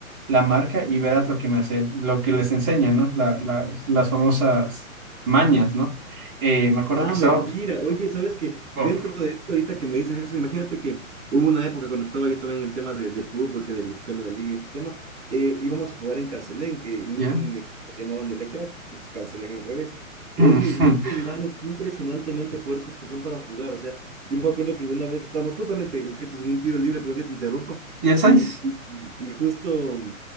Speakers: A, on the right; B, on the right.
A: la marca y verás lo que me hace él, lo que les enseña, ¿no? La- las las famosas mañas, ¿no? Eh, me acuerdo
B: Ah,
A: que estaba...
B: mentira. Oye, ¿sabes qué?
A: Uf,
B: Dentro de esto, ahorita que me dices eso, imagínate que hubo una época cuando estaba yo también en el tema de- del fútbol, que de la escuela de liga y este tema, eh, íbamos a jugar en Carcelén, que un
A: ¿Ya?
B: equipo que se llamaba Nelecrac, pues es Carcelén al revés. Oye,
A: <laughs>
B: y estos manes impresionantemente puercos que son para jugar. O sea, yo me acuerdo que una vez estábamos justamente, que te un tiro libre, pero que te interrumpa,
A: ¿Ya sabes?
B: y, y, y justo,